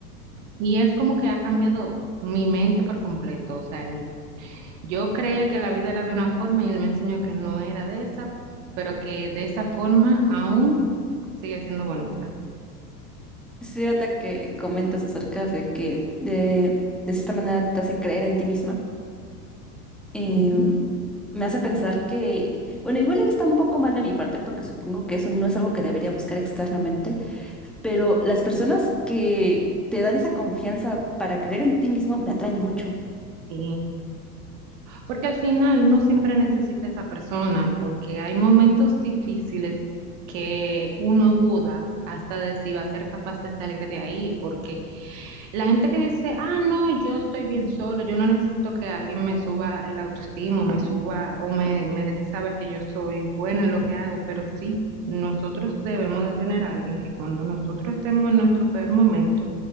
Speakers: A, on the right (about 50°); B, in the centre.
A: y es como que ha cambiado mi mente por completo. O sea, él yo creía que la vida era de una forma y él me enseñó que no era de esa, pero que de esa forma aún sigue siendo bonita.
B: Sí, ahorita que comentas acerca de que de, de cierta manera te hace creer en ti misma, em,
A: Ujú.
B: me hace pensar que, bueno, igual iba está un poco mal de mi parte porque supongo que eso no es algo que debería buscar externamente, pero las personas que te dan esa confianza para creer en ti mismo me atraen mucho.
A: Sí. Porque al final uno siempre necesita a esa persona, porque hay momentos difíciles que uno duda hasta de si va a ser capaz de salir de ahí, porque la gente que dice, ah, no, yo estoy bien solo, yo no necesito que alguien me suba el autoestima, me suba o me, me deje saber que yo soy buena en lo que hago, pero sí, nosotros debemos de tener a alguien que cuando nosotros estemos en nuestro peor momento,